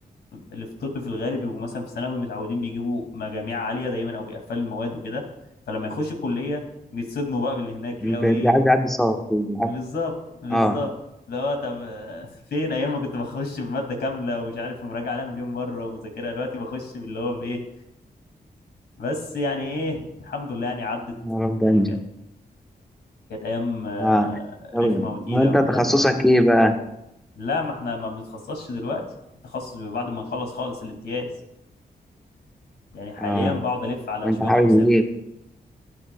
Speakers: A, on the left; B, in the centre.
A: اللي في الطب في الغالب بيبقوا مثلا في ثانوي متعودين بيجيبوا مجاميع عاليه دايما او بيقفلوا المواد وكده فلما يخش الكليه بيتصدموا بقى باللي هناك
B: بيبقى
A: يلاقوا ايه
B: عايز يعدي صعب بالعافية.
A: بالظبط بالظبط
B: اه
A: اللي هو طب آه، فين ايام ما كنت بخش بماده كامله ومش عارف ومراجعه عليها مليون مره ومذاكرها دلوقتي بخش باللي هو بايه بس يعني ايه الحمد لله يعني عدت
B: يا رب
A: يعني
B: انجح
A: كانت كانت ايام آه،
B: اه طب
A: رخمه وتقيله
B: وانت
A: وبتاع
B: تخصصك ايه بقى؟
A: لا ما احنا ما بنتخصصش دلوقتي التخصص بيبقى بعد ما نخلص خالص الامتياز يعني حاليا
B: اه
A: بقعد الف على
B: وانت
A: شويه
B: حابب
A: اقسام
B: ايه؟
A: كده